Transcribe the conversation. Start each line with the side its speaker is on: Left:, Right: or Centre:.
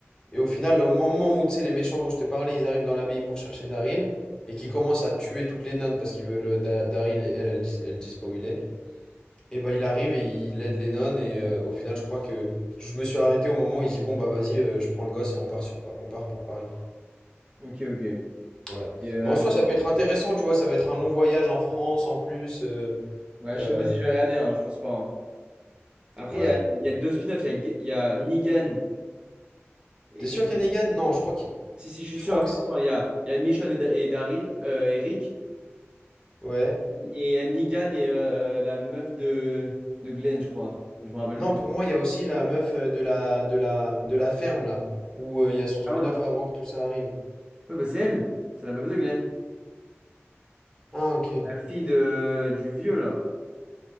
Left: et au final, au moment où tu sais, les méchants dont je te parlais, ils arrivent dans l'abbaye pour chercher Daryl, et qui commencent à tuer toutes les nonnes parce qu'ils veulent euh, Da- Daryl et elles, elles disent, elles disent pas où il est. Et bah il arrive et il aide les nonnes, et euh, au final, je crois que je me suis arrêté au moment où il dit Bon bah vas-y, euh, je prends le gosse et on part, sur, Pa- on part pour Paris.
Right: Ok, ok.
Left: Ouais.
Right: Et, euh,
Left: Mais en soi,
Right: je-
Left: ça peut être intéressant, tu vois, ça va être un long voyage en France en plus. euh,
Right: ouais,
Left: euh,
Right: je sais pas si je vais regarder, hein, je pense pas. hein. Après,
Left: ouais.
Right: il y a, il y a deux spin-offs. Il y a, G- il y a Negan et
Left: T'es
Right: quelqu'un.
Left: sûr qu'il y a Negan? Non, je crois que
Right: Si, si, je suis
Left: je
Right: sûr
Left: crois
Right: à
Left: que
Right: 100%.
Left: c'est-
Right: Il y a, il y a Michonne et, Da- et Daryl, euh, et Rick.
Left: ouais.
Right: Et il y a Negan et euh, la meuf de, de Glenn, je crois. Je me rappelle
Left: Non,
Right: plus.
Left: pour moi, il y a aussi la meuf euh, de la de la de la ferme là, où euh, il y a son spin-off
Right: Carole.
Left: avant que tout ça arrive.
Right: Ouais, bah c'est elle. C'est la meuf de Glenn.
Left: Ah, OK.
Right: La fille de, du vieux, là.